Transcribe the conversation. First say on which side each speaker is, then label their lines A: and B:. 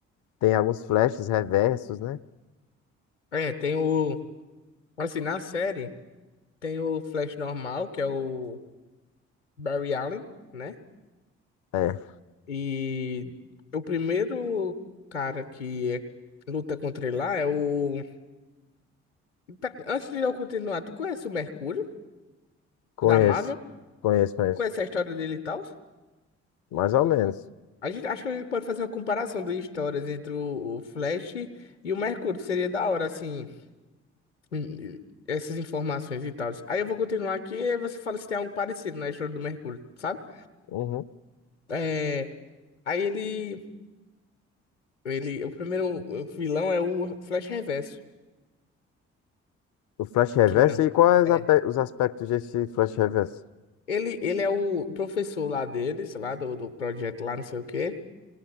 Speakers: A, on the left; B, on the left.
A: Tem alguns Flashes reversos, né?
B: É, tem o. Assim, na série, tem o Flash normal, que é o Barry Allen, né?
A: É,
B: E o primeiro cara que é- luta contra ele lá é o. Tá, Antes de eu continuar, tu conhece o Mercúrio?
A: conheço.
B: O da Marvel?
A: Conheço, conheço.
B: Qual é essa história dele e tal?
A: Mais ou menos.
B: A gente, acho que a gente pode fazer uma comparação de histórias entre o, o Flash e o Mercúrio. Seria da hora, assim, hum, hum, essas informações e tal. Aí eu vou continuar aqui e você fala se tem algo parecido na história do Mercúrio, sabe?
A: Uhum.
B: É, aí ele, ele. O primeiro vilão é o Flash Reverso.
A: O Flash Reverso
B: Que é.
A: e quais
B: É.
A: ape- os aspectos desse Flash Reverso?
B: Ele, ele é o professor lá dele, sei lá, do, do projeto lá, não sei o quê.